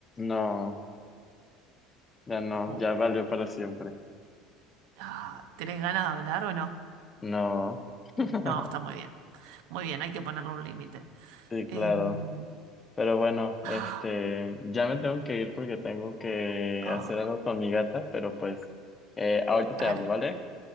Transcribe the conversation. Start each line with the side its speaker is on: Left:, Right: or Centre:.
Left: No, ya no,
Right: O-
Left: ya valió para siempre.
Right: ah, ¿tenés ganas de hablar o no?
Left: No. <laughs>
Right: No, está muy bien. Muy bien, hay que ponerle un límite.
Left: Sí,
Right: Em,
Left: claro. Pero bueno,
Right: ah,
Left: este, ya me tengo que ir porque tengo que
Right: ah,
Left: hacer algo con mi gata, pero pues, eh, ahorita te
Right: dale.
Left: hablo, ¿vale?